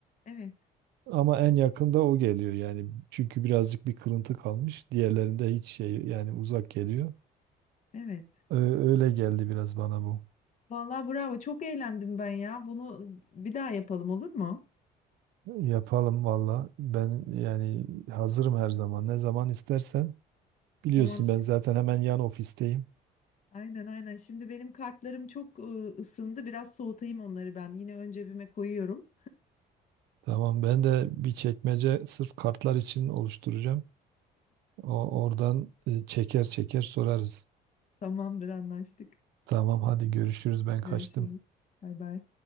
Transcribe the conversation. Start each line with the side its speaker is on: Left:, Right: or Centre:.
Left: Evet,
Right: Ama en yakında o geliyor yani. Çünkü birazcık bir kırıntı kalmış. Diğerlerinde hiç şey yani uzak geliyor.
Left: evet.
Right: Ö- Öyle geldi biraz bana bu.
Left: Vallahi bravo. Çok eğlendim ben ya. Bunu bir daha yapalım olur mu?
Right: Yapalım valla. Ben yani hazırım her zaman. Ne zaman istersen. Biliyorsun
Left: Tamam şimdi.
Right: ben zaten hemen yan ofisteyim.
Left: Aynen aynen. Şimdi benim kartlarım çok e, ısındı. Biraz soğutayım onları ben. Yine ön cebime koyuyorum.
Right: Tamam ben de bir çekmece sırf kartlar için oluşturacağım. O, oradan e, çeker çeker sorarız.
Left: Tamamdır anlaştık.
Right: Tamam hadi görüşürüz ben kaçtım.
Left: Görüşürüz. Bay bay.